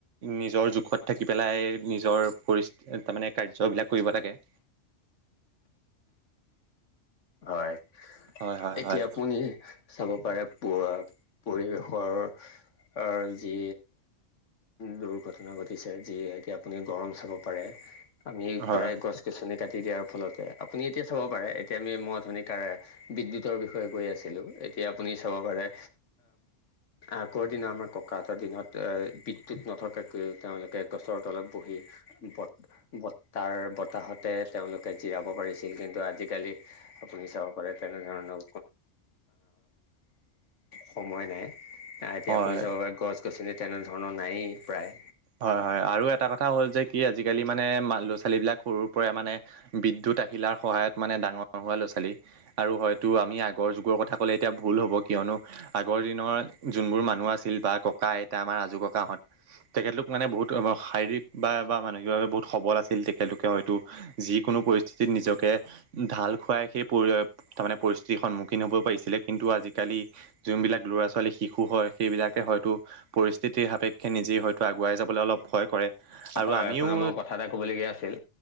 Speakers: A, on the right; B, on the left.
A: নিজৰ জোখত থাকি পেলাই নিজৰ পৰিচয়। তাৰ মানে কাৰ্যবিলাক কৰিব লাগে।
B: হয়।
A: হয় হয়
B: এতিয়া
A: হয়
B: আপুনি চাব পাৰে প পৰিৱেশৰ। অ যি দুৰ্ঘটনা ঘটিছে যি এতিয়া আপুনি গৰম চাব পাৰে। আমি
A: হয়
B: প্ৰায় গছ গছনি। কাটি দিয়াৰ ফলতে আপুনি এতিয়া চাব পাৰে এতিয়া আমি মই অথনি কাৰে বিদ্যুৎ। বিদ্যুত বিষয়ে কৈ আছিলোঁ এতিয়া আপুনি চাব পাৰে। আগৰ দিনা আমাৰ ককাহঁতৰ দিনত এ বিদ্যুত নথকাকৈ তেওঁলোকে গছৰ তলত বহি। ব বতাৰ বতাহতে তেওঁলোকে জিৰাব পাৰিছিল কিন্তু আজিকালি। আপুনি চাব পাৰে তেনেধৰণৰ। সময় নাই এতিয়া
A: হয়
B: আপুনি চাব পাৰে গছ। গছ গছনি তেনেধৰণৰ নায়েই প্ৰায়।
A: হয় হয় আৰু এটা কথা হ'ল যে কি আজিকালি মানে ল'ৰা ছোৱালী বিলাক সৰুৰ পৰা মানে বিদ্যুৎ। আহিলাৰ সহায়ত ডাঙৰ হোৱা ল'ৰা ছোৱালী আৰু হয় আগৰ যুগৰ কথা কলে এতিয়া ভুল হ'ব । কিয়নো আগৰ দিনৰ যোনবোৰ মানুহ আছিল বা ককা আইতা আমাৰ আজু ককাহত। তেখেতলোক মানে বহুত শাৰীৰিক বা বা মানসিকভাৱে বহুত সবল আছিল তেখেতলোকে হয়তো যিকোনো। পৰিস্থিতিত নিজকে ঢাল খুৱাই সেই পৰি তাৰমানে পৰিস্থিতিৰ সন্মুখীন হ'ব পাৰিছিলে কিন্তু আজিকালি। আজিকালি যোনবিলাক ল'ৰা ছোৱালী শিশু হয় সেইবিলাকে হয়তো পৰিস্থিতিৰ সাপেক্ষে নিজেই । ত আগুৱাই যাবলৈ অলপ ভয় কৰে আৰু
B: হয়
A: আমিও।
B: আপোনাক মই কথা এটা ক'বলগীয়া আছিল।